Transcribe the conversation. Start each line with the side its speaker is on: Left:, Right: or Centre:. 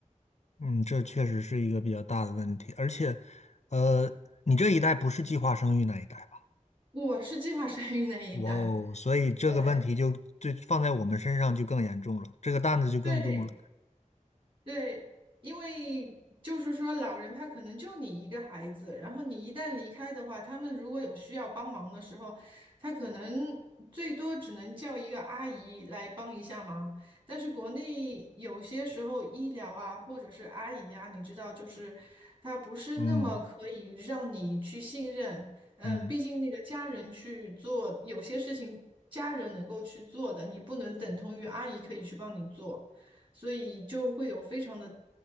Left: 嗯，这确实是一个比较大的问题，而且，呃，你这一代不是计划生育那一代吧？
Right: 我是计划生育那一代，
Left: 哇哦，所以这个问题就就放在我们身上就更严重了，
Right: 对。
Left: 这个担子就更重了。
Right: 对，对，因为就是说，老人他可能就你一个孩子，然后你一旦离开的话，他们如果有需要帮忙的时候，他可能最多只能叫一个阿姨来帮一下忙。但是国内有些时候医疗啊，或者是阿姨啊，你知道，就是他不是那么可以让你去信任。
Left: 嗯
Right: 嗯，
Left: 嗯
Right: 毕竟那个家人去做有些事情，家人能够去做的，你不能等同于阿姨可以去帮你做。所以就会有非常的